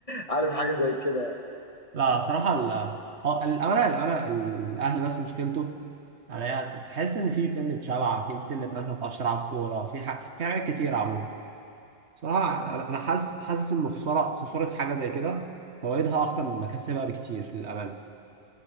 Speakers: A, on the left; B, on the right.
A: عارف حاجة زي كده يعني.
B: لا صراحة ال اه الأمانة الأمانة الأهل بس مشكلته عليها تحس إن في سنة شبع في سنة ناس ما بتعرفش تلعب كورة في ح... في حاجات كتير عموما صراحة أنا أنا حاسس حاسس إن خسارة خسارة حاجة زي كده فوائدها أكتر من مكاسبها بكتير للأمانة